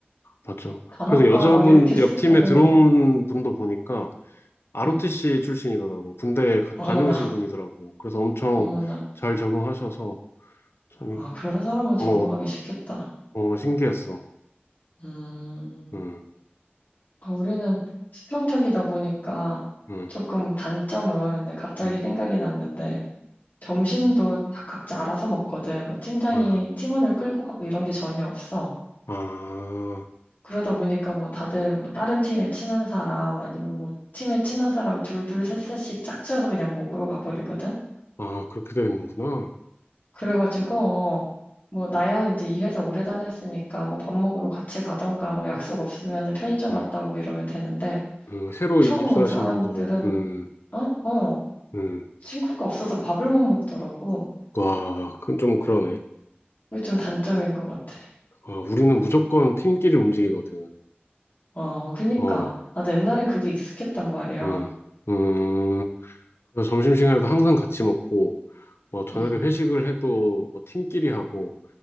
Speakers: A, on the left; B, on the left.
A: 맞죠.
B: 단아까
A: 그래서 여자분
B: 막 이렇게 쓰고,
A: 옆 팀에 들어온
B: 어,
A: 분도 보니까 ROTC
B: 응.
A: 출신이더라고. 군대 가-
B: 어머나,
A: 다녀오신
B: <laughs>
A: 분이더라고. 그래서 엄청
B: 어머나.
A: 잘 적응하셔서 참
B: 아,
A: 이게
B: 그런 사람은 적응하기
A: 어,
B: 쉽겠다.
A: 어 신기했어.
B: 음,
A: 음,
B: 아, 우리는 수평적이다 보니까
A: 음,
B: 조금 단점은 내 갑자기
A: 음.
B: 생각이 났는데, 점심도 다 각자 알아서 먹거든. 뭐 팀장이
A: 아,
B: 팀원을 끌고 가고 이런 게 전혀 없어.
A: 아,
B: 그러다 보니까 뭐 다들 뭐 다른 팀에 친한 사람 아니면 뭐 팀에 친한 사람 둘둘 셋셋씩 짝지어서 그냥 먹으러 가버리거든.
A: 아 그렇게 되는구나.
B: 그래가지고 뭐 나야 이제 이 회사 오래 다녔으니까 뭐 밥 먹으러 같이 가던가 뭐 약속 없으면 편의점
A: 음,
B: 갔다 오고 이러면 되는데
A: 음, 새로
B: 처음
A: 입사하신
B: 온 사람들은
A: 분들은 음,
B: 어? 어.
A: 음.
B: 친구가 없어서 밥을 못 먹더라고.
A: 와, 그건 좀 그러네.
B: 그게 좀 단점인 것 같아.
A: 아, 우리는 무조건 팀끼리 움직이거든.
B: 어, 그니까.
A: 어,
B: 나도 옛날엔 그게 익숙했단 말이야.
A: 음, 음. 그래서 점심시간에도 항상 같이 먹고. 뭐 저녁에
B: 음.
A: 회식을 해도 뭐 팀끼리 하고